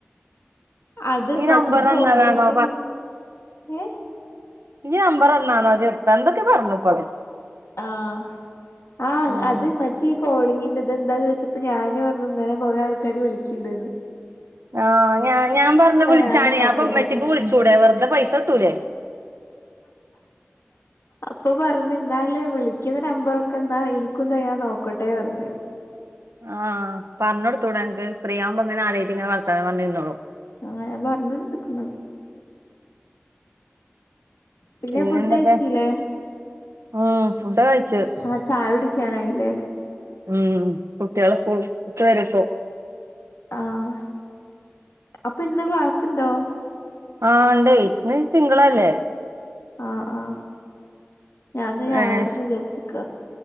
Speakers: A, on the left; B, on the right.
A: അത്
B: ഈ
A: മറ്റേ
B: നമ്പർ
A: കോളിങ്ങില്
B: തന്നതാണോ
A: ഏ
B: ഇയ്യമ്പറന്നാണോ ഇജെടുത്താ എന്തൊക്കെ പറഞ്ഞു പ്പത്.
A: ആഹ ആഹ
B: ആഹ്
A: അത് മറ്റേ ഈ കോളിങ്ങിന്റെത് ഇതെന്താ ചോയ്ച്ചപ്പ ഞാനുർഞ്ഞു ഇങ്ങനെ കൊറേ ആൾക്കാര് വിളിക്ക്ണ്ട്. <unintelligible>
B: ആ ഞാഞാപറഞ്ഞു വിളിച്ചാനേ
A: ഞാനും നോക്കട്ടെന്ന്
B: അപ്പൊമ്മച്ചിക്ക് വിളിച്ചുടെ വെറുതെ പൈസട്ടൂലേ
A: അപ്പൊ പറഞ്ഞന്നല് വിളിക്കുന്ന നമ്പറൊക്കൊ ന്നാ എനിക്കുന്ത ഞാൻ നോക്കട്ടെ പർഞ്ഞെ
B: ആ പറഞൊടുത്തൂടൻക്ക് ഫ്രീയാവുമ്പോങ്ങനെ ആരെ യിട്ട് ഇങ്ങനെ വളർത്താ പറഞ്ഞിരുന്നോളൂ
A: ആഹ ഞപറഞൊടുത്തക്കുണ് പിന്നെ
B: പിന്നെന്തൊക്കെ
A: ഫുഡ് കഴിച്ചില്ലേ
B: ആ ഫുഡകയിച്ചു
A: ആഹ് ചായ കുടിക്കാനായില്ലേ
B: ഉം കുട്ടികളെ സ്കൂൾ <unintelligible>
A: ആഹ അപ്പൊ ഇന്ന് ക്ലാസ്ണ്ടോ
B: ആ ണ്ടേയ് ന്ന്തിങ്കളല്ലേ
A: ആ ആ ഞാന്ന് ഞയർന്ന്
B: ഏഹ്
A: വിചാരിച്ക്ക